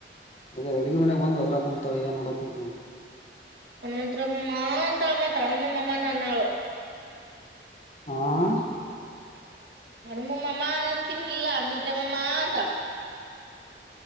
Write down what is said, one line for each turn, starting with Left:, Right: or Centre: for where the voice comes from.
Left: ಅದೇ ಅಡುಗೆ ಮನಯಾಗ ಬಂದು ಅದ್ರ ಕುಂತಾ ನೋಡ ಕುಂತೀವಿ ಅಂತ
Right: ಹನುಮಂಂತರಮ್ಮ ಮಂತರ ಅಮ್ಮ ತನುಮ ಮಾಾಮಾನ ನಾಳು
Left: ಆ ಹ್
Right: ಹಣುಮು ಮಾಮ ಆನ್ ಅಂತೀನಿ ಇಲ್ಲ ಹಣಮಂತ್ರಯ ಮ್ಮಮ್ಮ ಅಂತಳ.